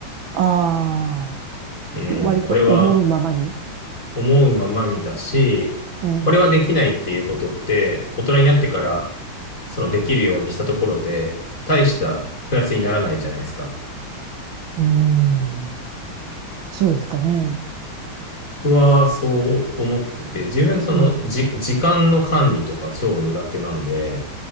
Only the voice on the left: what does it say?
うん、
これは思うままにだし、
これはできないっていうことって、大人になってから、そのできるようにしたところで、大したプラスにならないじゃないですか。
僕はそう思ってて、自分そのじ、
時間の管理とか超苦手なんで、